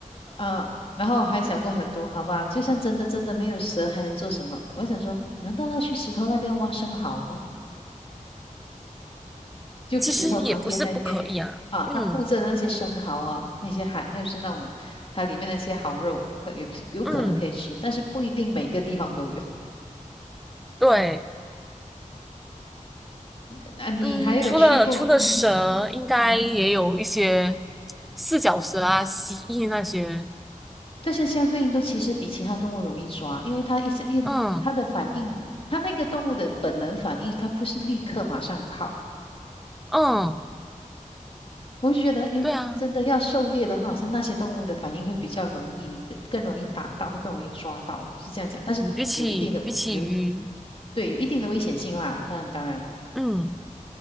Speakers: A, on the left; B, in the centre.
A: 啊，然后还想过很多，好吧，就算真的真的没有蛇，还能做什么？我还想说，难道要去石头那边挖生蚝吗？就石头旁边那边啊，
B: 其实也不是不可以啊，嗯
A: 它附着的那些生蚝啊，那些海，那是那种它里面那些蚝肉，可有有可能可以吃，
B: 嗯，
A: 但是不一定每个地方都有。
B: 对，
A: <laughs> 那你还有去过？
B: 嗯，除了除了蛇，
A: 嗯哼。
B: 应该也有一些
A: 嗯哼，
B: 四脚蛇啊、蜥蜴那些，
A: 这些相对应都其实比其他动物容易抓，因为它一些一它的反应，
B: 嗯
A: 它那个动物的本能反应，它不是立刻马上跑。
B: 嗯，
A: 我就觉得，诶，
B: 对啊，
A: 真的要狩猎的话，好像那些动物的反应会比较容易，你更更容易打到，会更容易抓到，是这样讲。但是有一定的有一
B: 嗯比起比起鱼，
A: 对有一定的危险性啦，但当然，
B: 嗯，